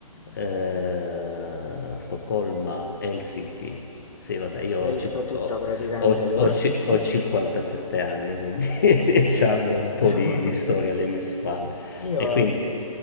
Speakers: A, on the left (about 35°); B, on the left (about 60°).
A: eh, Stoccolma, Helsinki. Sì, vabbè, io
B: L'hai
A: ho,
B: vista
A: cin-
B: tutta
A: ho-
B: praticamente
A: ho,
B: l'Europa.
A: ho ci- ho 57 anni, quindi <laughs> diciamo un po' di,
B: <laughs>
A: di storia alle mie spalle.
B: Io,
A: E quindi...